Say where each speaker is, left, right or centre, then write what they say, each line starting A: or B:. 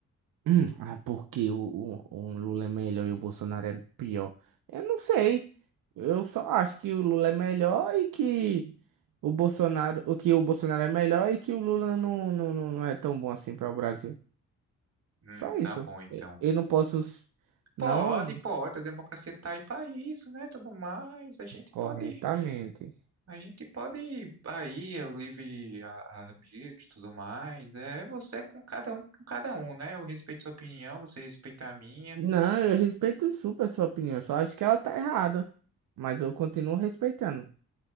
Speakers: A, on the right; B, on the right.
A: Hum, ah, porque o, o, o um Lula é melhor e o Bolsonaro é pior? Eu não sei. Eu só acho que o Lula é melhor e que o Bolsonaro, o que o Bolsonaro é melhor e que o Lula não, não, não não é tão bom assim para o Brasil.
B: Hum,
A: Só isso.
B: tá bom então.
A: E- Eu não posso, s- não
B: Pode, pode, a democracia está aí para isso, né? Tudo mais, a gente
A: corretamente.
B: pode, a gente pode aí o livre a- arbítrio, tudo mais. É você com cada um, com cada um, né? Eu respeito sua opinião, você respeita a minha.
A: Não, eu respeito super a sua opinião. Só acho que ela tá errada. Mas eu continuo respeitando.